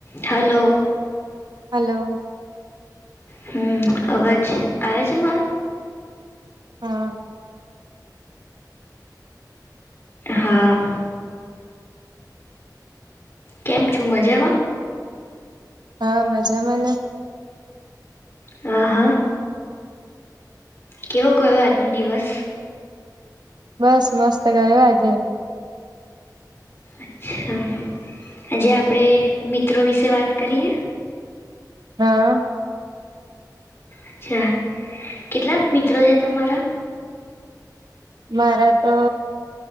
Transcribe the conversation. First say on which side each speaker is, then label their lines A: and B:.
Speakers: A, on the left; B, on the right.
A: હલો
B: હલો
A: હમ અવાજ આવે છે મારો
B: હા
A: હા કેમ છું મજામાં
B: હા મજા માને
A: હા હા કેવો ગયો આજનો દિવસ
B: બસ મસ્ત ગયો આજે
A: અચ્છા આજે આપણે મિત્રો વિશે વાત કરીએ
B: હા.
A: અચ્છા કેટલાક મિત્રો છે તમારા.
B: મારા તો